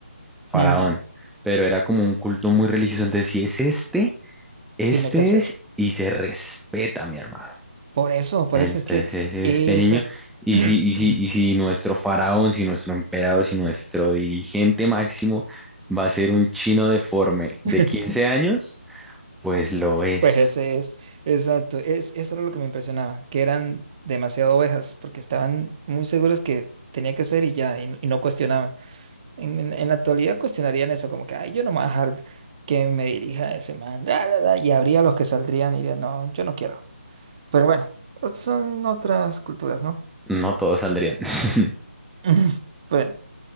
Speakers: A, in the centre; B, on the right.
A: faraón,
B: Mm,
A: pero era como un culto muy religioso, entonces si es este, este
B: tiene que ser.
A: es y se respeta, mi hermano.
B: Por eso, por
A: Entonces
B: eso es que
A: este
B: esa.
A: niño, y
B: <laughs>
A: si, y si, y si nuestro faraón, si nuestro emperador, si nuestro dirigente máximo va a ser un chino deforme
B: <clears throat>
A: de 15 años, pues lo es.
B: Pues ese es, exacto, es, eso era lo que me impresionaba, que eran demasiado ovejas, porque estaban muy seguros que tenía que ser y ya, y, no y no cuestionaban. En, en- en la actualidad cuestionarían eso, como que, ay, yo no me voy a dejar que me dirija ese man, la, la, la", y habría los que saldrían y dirían, no, yo no quiero. Pero bueno, ot- son otras culturas, ¿no?
A: No todos saldrían. <laughs>
B: <laughs> <clears throat> Bueno,